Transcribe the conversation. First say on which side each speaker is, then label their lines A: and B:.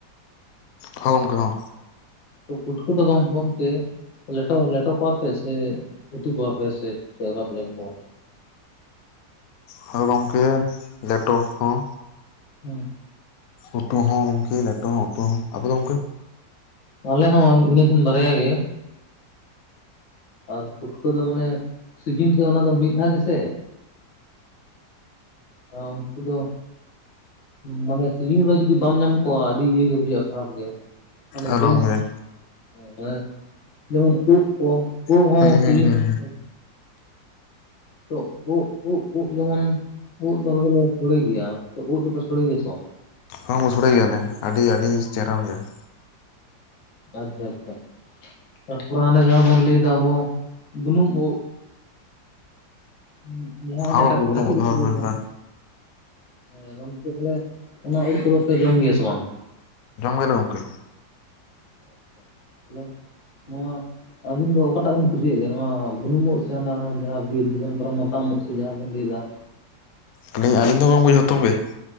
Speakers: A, on the left (about 60°); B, on the left (about 80°).
A: ᱦᱚ ᱜᱚᱢᱠᱮ ᱦᱚ
B: ᱛᱚ ᱯᱩᱴᱠᱟ. ᱫᱚ ᱜᱚᱢ ᱜᱚᱢᱠᱮ ᱞᱮᱴᱚ ᱞᱮᱴᱚ ᱠᱚᱣᱟᱯᱮ ᱥᱮ ᱩᱛᱩ ᱠᱚᱣᱟᱯᱮ ᱥᱮ ᱪᱮᱫᱞᱮᱠᱟ ᱯᱮ ᱡᱚᱢ ᱠᱚᱣᱟ
A: ᱦᱳᱭ ᱜᱚᱝᱠᱮ ᱞᱮᱴᱚ ᱦᱚᱸ
B: ᱦᱩᱸ
A: ᱩᱛᱩ ᱦᱚᱸ ᱜᱚᱢᱠᱮ ᱞᱮᱴᱚ ᱦᱚᱸ ᱩᱛᱩ ᱦᱚᱸ ᱟᱵᱚ ᱟᱫᱚ ᱜᱚᱝᱠᱮ
B: ᱟᱞᱮ ᱦᱚᱸ ᱤᱱᱟᱹᱠᱤᱱ ᱵᱟᱨᱭᱟ ᱜᱮ ᱟᱨ ᱯᱷᱩᱴᱠᱟᱹ ᱫᱚ ᱢᱟᱱᱮ ᱥᱤᱡᱤᱱ ᱨᱮ ᱚᱱᱟ ᱫᱚ ᱢᱤᱫ ᱫᱷᱟᱣ ᱜᱮᱥᱮ ᱚ ᱩᱱᱠᱩ ᱫᱚ ᱢᱟᱱᱮ ᱥᱤᱡᱤᱱ ᱨᱮ ᱡᱩᱫᱤ ᱵᱟᱢ ᱧᱟᱢ ᱠᱚᱣᱭᱼᱟ ᱟᱹᱰᱤ ᱤᱭᱟᱹ ᱜᱮ ᱵᱩᱡᱷᱟᱜᱼᱟ ᱠᱷᱟᱨᱟᱯ ᱜᱮ ᱚᱱᱮ
A: ᱟᱞᱚᱢ
B: ᱡᱚᱢ
A: ᱞᱟᱹᱭᱟ
B: ᱮᱸ ᱡᱮᱢᱚᱱ ᱩᱫ ᱡᱚᱝ ᱩᱫ
A: ᱦᱩᱸ
B: ᱦᱚᱸ
A: ᱦᱩᱸ
B: ᱥᱤᱡᱤᱱ
A: ᱦᱩᱸ
B: ᱛᱮᱫᱚ ᱵᱷᱟᱜᱮ ᱛᱚ ᱩᱫ ᱩᱫ ᱩᱫ ᱡᱮᱢᱚᱱ ᱩᱫ ᱫᱚ ᱟᱞᱮ ᱫᱚᱞᱮ ᱥᱚᱲᱮ ᱜᱮᱭᱟ ᱛᱚ ᱩᱫ ᱫᱚᱯᱮ ᱥᱚᱲᱮ ᱜᱮᱭᱟ ᱥᱮ ᱵᱟᱝ?
A: ᱦᱚᱸᱢ ᱥᱩᱥᱲᱮ ᱜᱮᱭᱟᱞᱮ ᱟᱹᱰᱤ ᱟᱹᱰᱤ ᱪᱮᱨᱦᱨᱟ ᱵᱩᱡᱷᱟᱹᱜᱼᱟ᱾
B: ᱟᱪᱪᱷᱟ ᱟᱪᱪᱷᱟ ᱛᱟᱨᱯᱚᱨᱮ ᱚᱱᱮ ᱡᱟᱦᱟᱸ ᱵᱚᱱ ᱞᱟᱹᱭᱫᱟ ᱟᱵᱚ ᱵᱩᱱᱩᱢ ᱩᱫ ᱩᱸ ᱡᱟᱦᱟᱸ
A: ᱦᱚᱸ
B: ᱚᱱᱮ ᱠᱟ
A: ᱜᱚᱢᱠᱮ ᱵᱩᱱᱩᱢ
B: ᱠᱟᱹᱴᱤᱡ ᱠᱟᱹᱴᱤᱡ
A: ᱦᱳᱭ ᱦᱳᱭ
B: ᱩᱫ ᱵᱚᱱ
A: ᱦᱳᱭ
B: ᱦᱮᱸ ᱜᱚᱢᱠᱮ ᱛᱟᱦᱚᱞᱮ ᱚᱱᱟ ᱩᱫ ᱠᱚᱫᱚ ᱯᱮ ᱡᱚᱢ ᱜᱮᱭᱟ ᱥᱮ ᱵᱟᱝ?
A: ᱡᱚᱢ ᱜᱮᱭᱟᱞᱮ ᱜᱚᱢᱠᱮ
B: <inaudible> ᱛᱟᱦᱚᱞᱮ ᱱᱚᱣᱟ ᱟᱹᱵᱤᱱ ᱫᱚ ᱚᱠᱟᱴᱟᱜ ᱵᱤᱱ ᱠᱩᱥᱤᱭᱟᱜ ᱜᱮᱭᱟ ᱱᱚᱣᱟ ᱵᱩᱱᱩᱢ ᱳᱫ ᱥᱮ ᱚᱱᱟ ᱡᱟᱦᱟᱸ ᱵᱤᱨ ᱫᱤᱥᱚᱢ ᱠᱚᱨᱮ ᱢᱚᱛᱟᱢᱚ ᱳᱫ ᱥᱮ ᱡᱟᱦᱟᱸ ᱵᱤᱱ ᱞᱟᱹᱭ ᱫᱟ
A: ᱟᱹᱞᱤᱧ ᱟᱹᱞᱤᱧ ᱫᱚ ᱜᱚᱢᱠᱮ ᱡᱷᱚᱛᱚᱢ ᱜᱮ